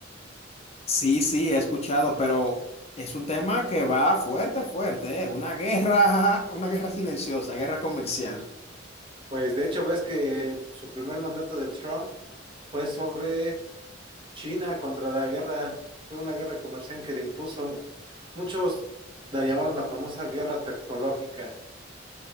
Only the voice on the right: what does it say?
Pues de hecho ves que su primer mandato de Trump fue sobre China contra la guerra, fue una guerra comercial que le impuso. Muchos la llamaron la famosa guerra tecnológica.